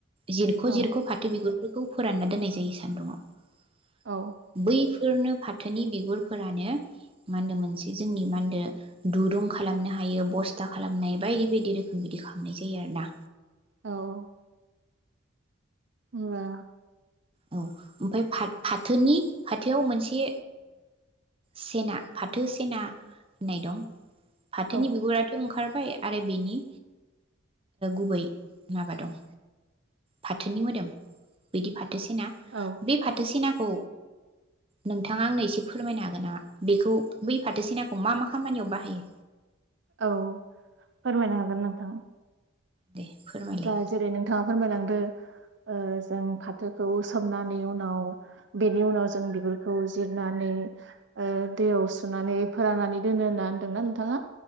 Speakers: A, on the right (about 25°); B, on the right (about 60°).
A: जिरख'
B: औ औ
A: -जिरख' फाथो बिगुरफोरखौ फोरानना दोननाय जायो सान्दुंआव
B: औ
A: बै बेफोरनो फाथोनि बिगुरफोरानो मा होनो मोनसे जोंनि मा होनदो दुरुं खालामनो हायो बस्था खालामनो हायो बायदि -बायदि रोखोम बिदि खालामनाय जायो आरो ना
B: औ -औ मा
A: औ ओमफ्राय फा फाथोनि फाथोआव मोनसे सेना फाथो सेना होननाय दं फाथोनि
B: औ
A: बिगुराथ ओंखार फाय आरो बेनि गुबै माबा दं। फाथोनि मोदोम बिदि फा थो सेना
B: औ
A: बे फाथोसिना खौ नोंथाङा आंनो एसे फोरमायनो हागोन नामा बेखौ बै फाथो सेनाखौ मा मा खामानियाव बाहायो?
B: औ फोरमायनो हागोन नोंथां।
A: दे फोरमायलाय
B: दा जेरै नोंथाङा फोरमायलांदो ओ जों फाथो खौ सोमनानै उनाव बेनि उनाव जों बिगुरखौ जिरनानै ओ दैयाव सुनानै फोराननानै दोनो होनना होनदोंना नोंथाङा